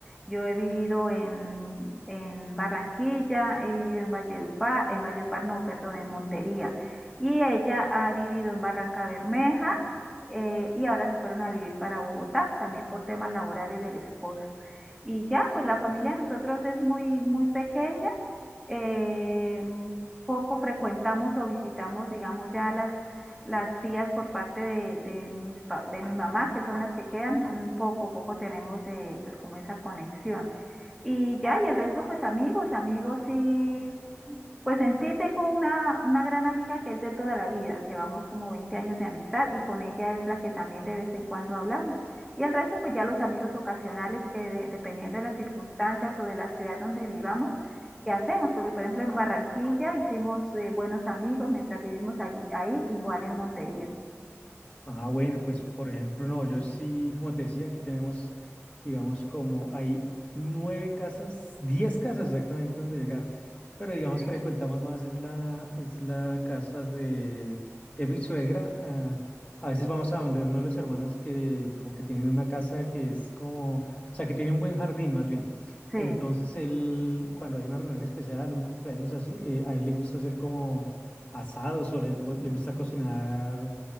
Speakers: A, in the centre; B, on the left.
A: Yo he vivido en, en Barranquilla, he vivido en Valledupar, en Valledupar no, perdón, en Montería. Y ella ha vivido en Barranca Bermeja eh, y ahora se fueron a vivir para Bogotá, también por temas laborales del esposo. Y ya, pues la familia de nosotros es muy, muy pequeña eh, poco frecuentamos o visitamos, digamos, ya las, las tías por parte de, de, mis, de mi mamá, que son las que quedan, poco, poco tenemos eh, pues como esa conexión. Y ya, y el resto pues amigos, amigos y pues en sí tengo una, una gran amiga que es de toda la vida, llevamos como 20 años de amistad y con ella es la que también de vez en cuando hablamos. Y el resto pues ya los amigos ocasionales que de, dependiendo de las circunstancias o de la ciudad donde vivamos, que hacemos, porque por ejemplo en Barranquilla hicimos eh, buenos amigos mientras vivimos allí, ahí, igual en Montería.
B: Ah, bueno, pues por ejemplo, no, yo sí, como te decía, aquí tenemos, digamos, como hay nueve casas, diez casas exactamente donde llegar, pero digamos,
A: Sí,
B: frecuentamos más, es la, es la casa de, de mi suegra. ah, a veces vamos a donde uno de los hermanos que como que tienen una casa que es como, o sea, que tiene un buen jardín más bien.
A: sí.
B: Entonces, él, cuando hay una reunión especial, un cumpleaños así, eh, a él le gusta hacer como asados o le co- le gusta cocinar